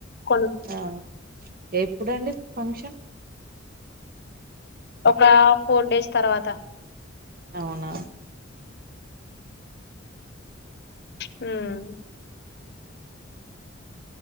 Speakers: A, on the left (about 60°); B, on the right (about 50°).
A: కొను
B: ఆ ఎప్పుడండి ఫంక్షన్
A: ఒకా ఫోర్ డేస్ తర్వాత
B: అవునా
A: హ్మ్